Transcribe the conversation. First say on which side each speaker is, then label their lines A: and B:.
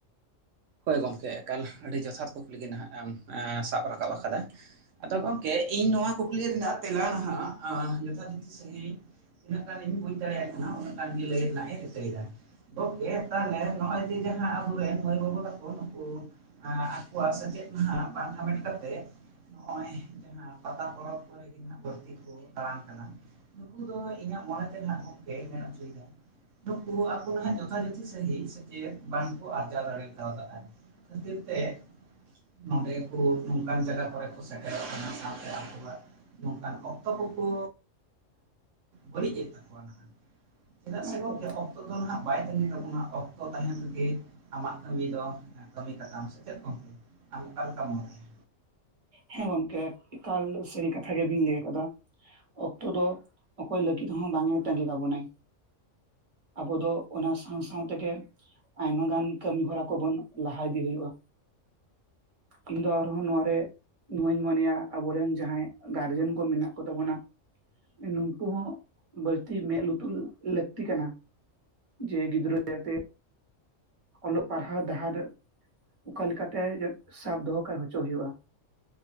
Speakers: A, on the right; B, on the right.
A: ᱦᱳᱭ ᱜᱚᱝᱠᱮ ᱮᱠᱟᱞ ᱟᱹᱰᱤ ᱡᱚᱛᱷᱟᱛ ᱠᱩᱠᱞᱤ ᱜᱤ ᱱᱟᱦᱟᱜ ᱮᱢ ᱥᱟᱵ ᱨᱟᱠᱟᱵ ᱟᱠᱟᱫᱟ᱾ ᱟᱫᱚ ᱜᱚᱝᱠᱮ ᱤᱧ ᱱᱚᱣᱟ ᱠᱩᱠᱞᱤ ᱨᱮᱱᱟᱜ ᱛᱮᱞᱟ ᱦᱟᱸᱜ ᱡᱚᱛᱷᱟᱛ ᱥᱟᱺᱦᱤᱡ᱾ ᱛᱤᱱᱟᱹᱜ ᱜᱟᱱ ᱤᱧ ᱵᱩᱡᱽ ᱫᱟᱲᱤᱭᱟᱜ ᱠᱟᱱᱟ ᱩᱱᱟᱹᱜ ᱜᱟᱱ ᱜᱤ ᱞᱟᱹᱭ ᱨᱮᱱᱟᱜ ᱤᱧ ᱨᱤᱠᱟᱹᱭ ᱫᱟ᱾ ᱛᱟᱦᱚᱞᱮ ᱱᱚᱜᱼᱚᱭ ᱡᱮ ᱡᱟᱦᱟᱸ ᱟᱵᱚᱨᱮᱱ ᱢᱟᱹᱭ ᱵᱟᱹᱵᱩ ᱛᱟ ᱠᱚ ᱱᱩᱠᱩ ᱱᱩᱠᱩ ᱟᱠᱚᱣᱟᱜ ᱥᱮᱪᱮᱫ ᱢᱟᱦᱟ ᱵᱟᱝ ᱦᱟᱢᱮᱴ ᱠᱟᱛᱮ᱾ ᱦᱚᱜᱼᱚᱭ ᱯᱟᱛᱟ ᱯᱚᱨᱚᱵᱽ ᱠᱚᱨᱮ ᱜᱮ ᱦᱟᱸᱜ ᱵᱟᱹᱲᱛᱤ ᱠᱚ ᱫᱟᱲᱟᱱ ᱠᱟᱱᱟ᱾ ᱱᱩᱠᱩ ᱫᱚ ᱤᱧᱟᱜ ᱢᱚᱱᱮ ᱛᱮ ᱦᱟᱸᱜ ᱜᱚᱝᱠᱮ ᱢᱮᱱ ᱚᱪᱚᱭᱫᱟᱭ᱾ ᱟᱫᱚ ᱱᱟᱦᱟᱜ ᱡᱚᱛᱷᱟ ᱡᱚᱛᱷᱤ ᱥᱟᱹᱦᱤᱡ ᱥᱮᱪᱮᱫ ᱵᱟᱝᱠᱚ ᱟᱨᱡᱟᱣ ᱫᱟᱲᱮ <unintelligible> ᱠᱷᱟᱹᱛᱤᱨ ᱛᱮ ᱱᱚᱰᱮ ᱠᱚ ᱱᱚᱝᱠᱟᱱ ᱡᱟᱜᱟ ᱠᱚᱨᱮ ᱥᱮᱴᱮᱨᱚᱜ ᱠᱟᱱᱟ ᱥᱟᱶᱛᱮ ᱟᱠᱵᱚ ᱠᱚᱣᱟᱜ ᱱᱚᱝᱠᱟᱱ ᱚᱠᱛᱚ ᱠᱚᱠᱩ ᱵᱟᱹᱲᱤᱡᱮᱫ ᱛᱟᱠᱚᱣᱟ ᱱᱟᱦᱟᱜ, ᱪᱮᱫᱟᱜ ᱥᱮ
B: ᱮᱠᱫᱚᱢ
A: ᱜᱚᱝᱠᱮ ᱚᱠ ᱛᱚ ᱫᱚ ᱦᱟᱸᱜ ᱵᱟᱭ ᱛᱟᱹᱝᱜᱤ ᱠᱟᱵᱚᱱᱟ ᱚᱠᱛᱚ ᱛᱟᱦᱮᱱ ᱨᱮᱜᱮ ᱟᱢᱟᱜ ᱠᱟᱹᱢᱤ ᱫᱚ ᱠᱟᱹᱢᱤ ᱠᱟᱛᱟᱢ ᱥᱮ ᱪᱮᱫ ᱜᱚᱝᱠᱮ? ᱟᱢ ᱚᱠᱟ ᱞᱮᱠᱟᱢ ᱢᱚᱱᱮᱭᱟ᱾
B: ᱦᱮᱸ ᱜᱚᱢᱠᱮ ᱮᱠᱟᱞ ᱥᱟᱹᱨᱤ ᱠᱟᱛᱷᱟ ᱜᱮᱵᱤᱱ ᱞᱟᱹᱭ ᱟᱠᱟᱫᱟ᱾ ᱚᱠᱛᱚ ᱫᱚ ᱚᱠᱚᱭ ᱞᱟᱹᱜᱤᱫ ᱦᱚᱸ ᱵᱟᱝ-ᱮ ᱛᱟᱹᱝᱜᱤ ᱠᱟᱵᱚᱱᱟᱭ᱾ ᱟᱵᱚ ᱫᱚ ᱚᱱᱟ ᱥᱟᱶ ᱥᱟᱶ ᱛᱮᱜᱮ ᱟᱭᱢᱟ ᱜᱟᱱ ᱠᱟᱹᱢᱤ ᱦᱚᱨᱟ ᱠᱚᱵᱚᱱ ᱞᱟᱦᱟ ᱤᱫᱤ ᱦᱩᱭᱩᱜᱼᱟ᱾ ᱤᱧ ᱫᱚ ᱟᱨᱦᱚᱸ ᱱᱚᱶᱟ ᱨᱮ ᱱᱚᱣᱟᱧ ᱢᱚᱱᱮᱭᱟ ᱟᱵᱚᱨᱮᱱ ᱡᱟᱦᱟᱸᱭ ᱜᱟᱨᱡᱮᱱ ᱠᱚ ᱢᱮᱱᱟᱜ ᱠᱚ ᱛᱟᱵᱚᱱᱟ ᱱᱩᱝᱠᱩ ᱦᱚᱸ ᱵᱟᱹᱲᱛᱤ ᱢᱮᱫ ᱞᱩᱛᱩᱨ ᱞᱟᱹᱠᱛᱤ ᱠᱟᱱᱟ᱾ ᱡᱮ ᱜᱤᱫᱽᱨᱟᱹ <inaudible> ᱛᱮ᱾ ᱚᱞᱚᱜ ᱯᱟᱲᱦᱟᱣ ᱰᱟᱦᱟᱨ ᱚᱠᱟ ᱞᱮᱠᱟᱛᱮ ᱡᱟ ᱥᱟᱵ ᱫᱚᱦᱚ ᱠᱟ ᱦᱚᱪᱚ ᱦᱩᱭᱩᱜᱼᱟ᱾